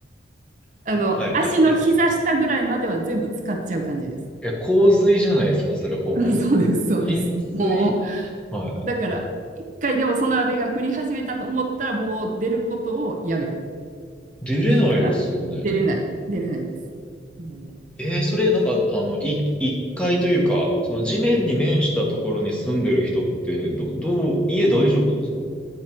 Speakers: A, on the right; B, in the centre.
A: あの、
B: はいはいはい。
A: 足の膝下ぐらいまでは全部使っちゃう感じです。
B: え、洪水じゃないですか、それほぼ。
A: <laughs> そうです、そうです。
B: 浸水
A: も
B: はい。
A: う、だから、一回でもその飴が降り始めたと思ったら、もう出ることをやめる。
B: 出れないですよね。
A: 家から出れない、出れないです。も
B: えーそれなんか、あの、い、一階というか、その地面に面したところに住んでる人って、ど、どう、家大丈夫なんですか